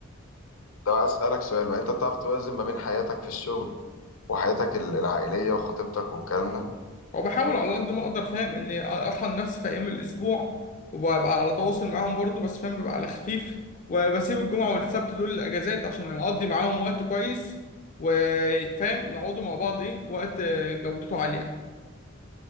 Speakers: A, on the left; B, on the left.
A: طب عايز اسألك سؤال بقى انت بتعرف توازن ما بين حياتك في الشغل وحياتك ال- العائلية وخطيبتك والكلام ده؟
B: وبحاول على قد ما اقدر فاهم اني اطحن نفسي في ايام الاسبوع وببقى على تواصل معاهم برضو بس فاهم ببقى على خفيف وبسيب الجمعة والسبت دول الاجازات عشان اقضي معاهم وقت كويس وفاهم نقعدوا مع بعض ايه وقت آه، جودته عالية يعني